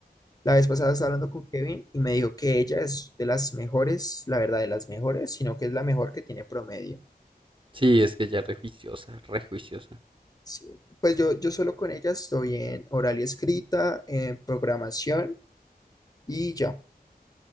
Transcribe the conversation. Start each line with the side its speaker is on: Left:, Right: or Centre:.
Left: la vez pasada estaba hablando con Kevin y me dijo que ella es de las mejores, la verdad, de las mejores, sino que es la mejor que tiene promedio.
Right: sí, es que ella es re juiciosa, re juiciosa.
Left: Sí. Pues yo, yo solo con ella estoy en oral y escrita, en programación y ya.